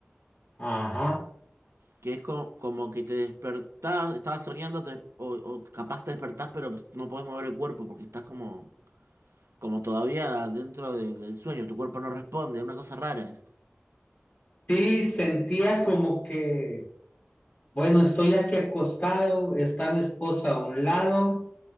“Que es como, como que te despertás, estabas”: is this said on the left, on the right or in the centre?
Right